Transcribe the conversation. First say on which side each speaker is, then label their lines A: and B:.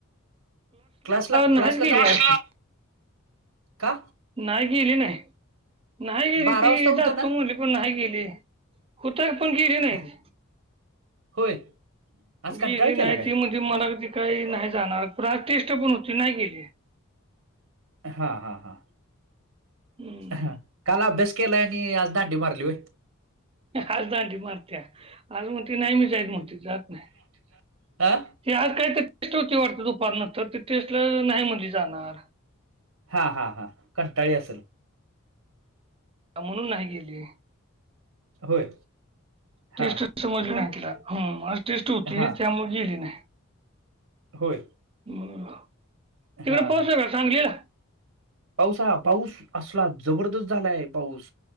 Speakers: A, on the right; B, on the right.
A: क्लासला
B: नाहीच
A: क्लासला
B: गेली
A: जाऊन
B: आज ती
A: आ का?
B: नाही, गिली नाही. नाही गेली
A: बारा
B: ती
A: वाजता उतरणार
B: जातो म्हणली पण नाही गेली, होताक पण गेली नाही.
A: अह, होय,
B: ती
A: आज कंटाळा
B: गेली नाही
A: केला काय?
B: ती म्हणाली मी काय नाही जाणार, पण आज टेस्ट पण होती नाही गेली.
A: हा हा हा
B: हम्म.
A: हा काल अभ्यास केलाय आणि आज दांडी मारली व्हय.
B: आज दांडी मारत्या, आज म्हणतुय नाही मी जाईत म्हनतूय, जात नाही.
A: हा
B: ते आज काही तर टेस्ट होती वाटत दुपारनंतर, ते टेस्ट ला नाही म्हणली जाणार.
A: हा, हा, हा कंटाळली असल.
B: म्हणून नाही गेली.
A: होय
B: टेस्ट
A: हा
B: जा म्हंटलं, आज टेस्ट होती
A: हा
B: त्यामुळे गेली नाही.
A: होय
B: तिकडं
A: हा
B: पाऊस
A: हा
B: हाय का? सांगलीला.
A: पाऊस हा पाऊस असला जबरदस्त झालाय पाऊस